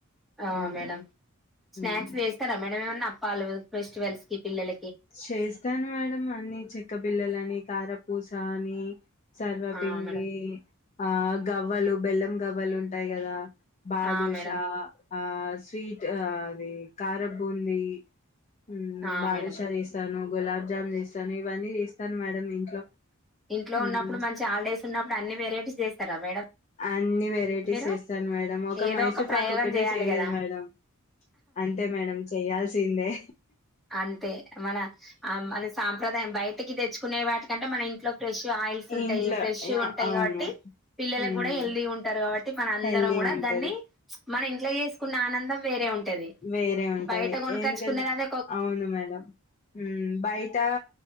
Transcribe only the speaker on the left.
ఉమ్
ఉమ్
చేస్తాను మేడం అన్ని చెక్క బిల్లలని కార పూసా అనీ సర్వపిండి
ఆ గవ్వలు, బెల్లం గవ్వలు ఉంటాయి కదా. బాదుష
ఆ స్వీట్ ఆ అది కారబూందీ హ్మ్
బదుషా
తాను గులాబ్ జామ్ చేస్తాను, ఇవన్నీ చేస్తాను మేడం ఇంట్లో.
హ్మ్.
అన్ని వెరైటీస్
చేస్తాను మేడం. ఒక
మైసూర్పాకు
ఒకటే
చేయలేదు
మేడం. అంతే మేడం చెయ్యాల్ సిందే
ఇంట్లో
యాహ్!
అవును
హ్మ్.
హెల్దీ
ఉంటది
వేరే ఉంటది
ఎందుకంటే
అవును మేడం మ్మ్ బయట